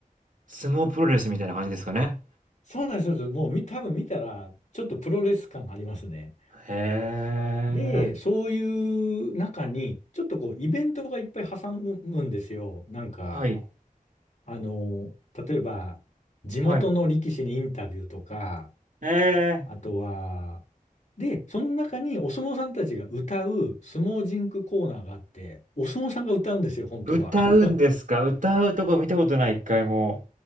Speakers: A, on the right; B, on the left.
A: 相撲プロレスみたいな感じですかね。
B: そうなんですよ。もうみ多分見たら、ちょっとプロレス感ありますね。
A: へえ、
B: で、そういう中に、ちょっとこう、イベントがいっぱい挟むんですよ。なんか、
A: はい。
B: あの、例えば、地元の力士にインタビューとか、
A: はい。ええ。
B: あとは、で、その中にお相撲さんたちが歌う相撲ジンクコーナーがあって、お相撲さんが歌うんですよ、本当は。
A: 歌うんですか？
B: <laughs>
A: 歌うとこ見たことない、1回も。